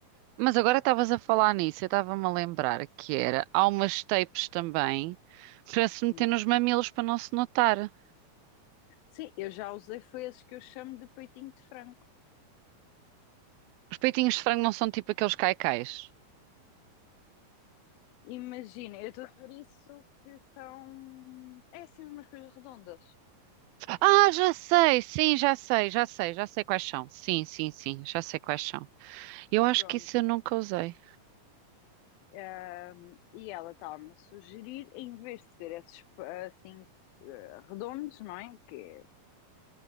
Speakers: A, on the right; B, on the left.
A: Mas agora estavas a falar nisso, eu estava-me a lembrar que era, há umas tapes também para se meter
B: Uhum.
A: nos mamilos para não se notar.
B: Sim, eu já usei, foi esses que eu chamo de peitinho de frango.
A: Os peitinhos de frango não são tipo aqueles caicais.
B: Imagina, eu estou por isso que são. É assim umas coisas redondas.
A: Ah, já sei, sim, já sei, já sei, já sei quais são. Sim, sim, sim, já sei quais são. Eu acho
B: Pronto.
A: que isso eu nunca usei.
B: Ahm, e ela estava-me a sugerir, em vez de ser esses assim eh, redondos, não é? Que é